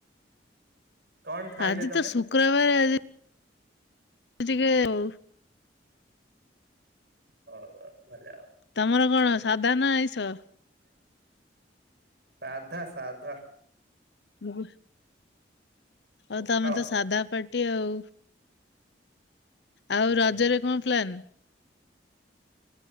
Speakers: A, on the right; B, on the left.
A: କଣ ଖାଇଲେ
B: ଆଜି
A: ତମେ?
B: ତ ଶୁକ୍ରବାର ଆଜି। ସେ ଟିକେ ଆଉ।
A: ହଉ ଭଲ।
B: ତମର କଣ ସାଧା ନା ଆଇଁଷ।
A: ସାଧା ସାଧା।
B: ମୁ।
A: ପଖାଳ।
B: ଆଉ ତମେ ତ ସାଧା ପାଟି ଆଉ।
A: ହୁଁ
B: ଆଉ ରଜରେ କଣ ପ୍ଲାନ।